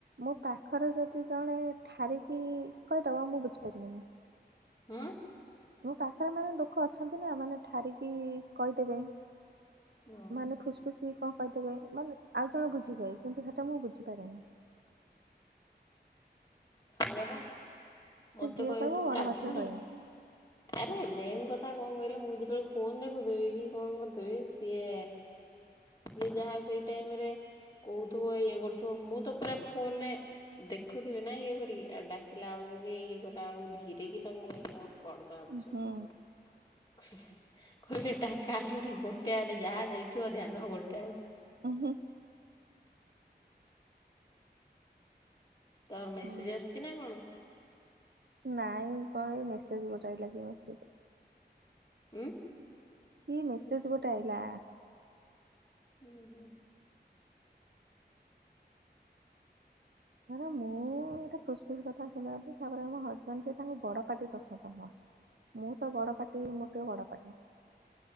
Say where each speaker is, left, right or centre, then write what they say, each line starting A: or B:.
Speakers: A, on the right; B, on the left.
A: ମୋ ପାଖରେ ଯଦି ଜଣେ ଠାରିକି କହିଦବ ମୁଁ ବୁଝିପାରିବନି।
B: ହଁ?
A: ମୋ ପାଖରେ ମାନେ ଲୋକ ଅଛନ୍ତି ନା ମାନେ ଠାରିକି କହିଦେବେ?
B: ହୁଁ
A: ମାନେ ଫୁସ ଫୁସି କଣ କହିଥିବେ ମାନେ ଆଉ ଜଣ ବୁଝିଯାଏ କିନ୍ତୁ ସେଟା ମୁଁ ବୁଝିପାରନି।
B: ସେଇଆ ବା ମତେ
A: ଯିଏ
B: କହିବେ
A: କହିବ
B: ତୁ
A: ବଡ
B: କାଲୁଣି?
A: ପାଟିରେ କହିବ
B: ଆରେ ମେନ୍ କଥା କଣ କହିଲେ ମୁଁ ଯେତେବେଳେ ଫୋନ ଦେଖୁଥିବି କି କଣ କରିୁଥିବି ସିଏ ଯିଏ ଯାହା ସେଇ ଟାଇମ ରେ କହୁଥିବ ଇଏ କରୁଥିବ ମୁଁ ତ ପୁରା ଫୋନରେ ଦେଖୁଥିବି ନା ଇଏ କରି ଡାକିଲା ବେଳକୁ କି ଇଏ କଲା ବକୁ ଧୀ ଏ ଦେଇକି ତମ କହିଲଆ ଆ ପଡକା
A: ଉହୁଁ
B: <unintelligible> କହୁଛି ଏଟା କାଲୁଣି ଗୋଟେ ଆଡେ ଯାହା ଦେଇଥିବ ଧ୍ୟାନ ଗୋଟେ ଆଡେ।
A: ଓହୋ।
B: ତମ ମେସେଜ୍
A: ହୁଁ
B: ଆସୁଛି ନା କଣ?
A: ନାଇଁ କଣ ମେସେଜ ଗୋଟା ଲାଗି ମେସେଜ
B: ହୁଁ?
A: କି ମେସେଜ୍ ଗୋଟେ ଆଇଲା?
B: ହୁଁ ହୁଁ।
A: ଦା ମୁଁ ଏତ ପ୍ରଶ୍ ଖୁ କଥା ତାପରେ ମୋ ହଜବେଣ୍ଡ ସ ତାଙ୍କୁ ବଡ଼ପାଟି ପସନ୍ଦ ମ ମୁଁ ତ ବଡ ପାଟି ମୁଁ ଟିକେ ବଡ ପାଟି